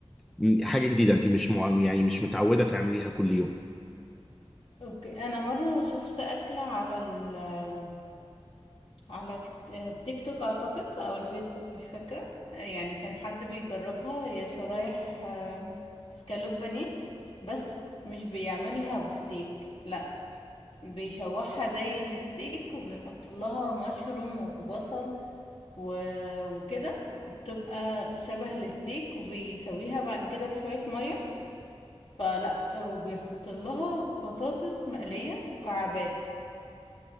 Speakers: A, in the centre; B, on the left.
A: م- حاجة جديدة انتي مش مع... يعني مش متعودة تعمليها كل يوم
B: اوكي انا مره شفت اكله على ال آمم، على تيك آه، تيك توك اعتقد او الفيسبوك مش فاكره آه، يعني كان حد بيجربها هي شرايح أم، اسكالوب بانيه بس مش بيعملها بفتيك لا بيشوحها زي الستيك وبيحط لها مشروم وبصل و... وكده وبتبقى شبه الستيك وبيسويها بعد كده بشوية مية فلا وبيحط لها بطاطس مقلية مكعبات